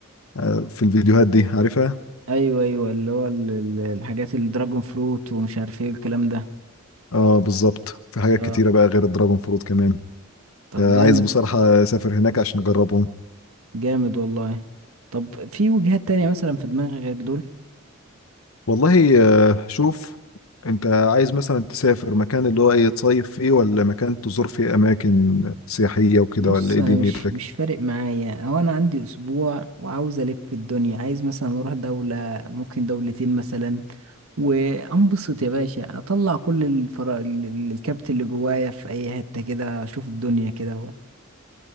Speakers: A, on the left (about 75°); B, on the right (about 80°).
A: آه، في الفيديوهات دي عارفها
B: ايوه ايوه اللي هو ال- ال- الحاجات الدراجون فروت ومش عارف ايه الكلام ده
A: اه بالظبط في حاجات
B: اه
A: كتيره بقى غير الدراجون فروت كمان
B: طب
A: آه،
B: جامد
A: عايز بصراحه اسافر هناك عشان اجربهم
B: جامد والله طب في وجهات تانية مثلا في دماغي غير دول
A: والله آه، شوف انت عايز مثلا تسافر مكان اللي هو ايه تصيف فيه ولا مكان تزور فيه اماكن سياحيه وكده
B: بص
A: ولا ايه
B: انا
A: دنيتك
B: مش مش فارق معايا هو انا عندي اسبوع وعاوز الف في الدنيا عايز مثلا اروح دولة ممكن دولتين مثلا وانبسط يا باشا اطلع كل الفرا... ال- ال- الكبت اللي جوايا في اي حتة كده اشوف الدنيا كده و...